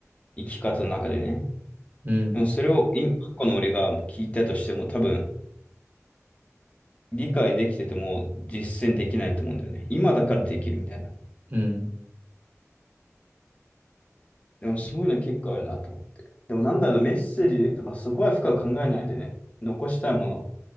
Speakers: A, on the left; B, on the right.
A: 生き方の中でね。
B: うん。
A: でもそれを今、過去の俺が聞いたとしても多分理解できてても実践できないと思うんだよね。今だからできるみたいな。
B: うん。
A: でもそういうの結構あるなと思って。でもなんだろう、メッセージで言うと、まあ、そこは深く考えないでね、残したいもの。